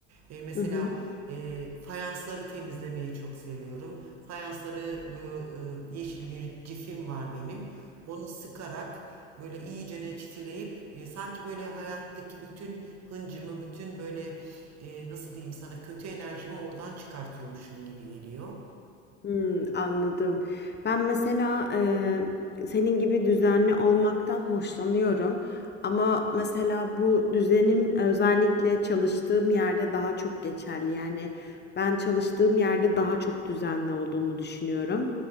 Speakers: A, on the right; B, on the left.
A: E, mesela
B: Hı hı.
A: e, fayansları temizlemeyi çok seviyorum. Fayansları bu e, yeşil bir cifim var benim. Onu sıkarak böyle iyicene çitileyip e, sanki böyle hayattaki bütün hıncımı, bütün böyle e, nasıl diyeyim sana kötü enerjimi oradan çıkartıyormuşum gibi geliyor.
B: Hmm, anladım. Ben mesela e, senin gibi düzenli olmaktan hoşlanıyorum. Ama mesela bu düzenim özellikle çalıştığım yerde daha çok geçerli. Yani ben çalıştığım yerde daha çok düzenli olduğumu düşünüyorum.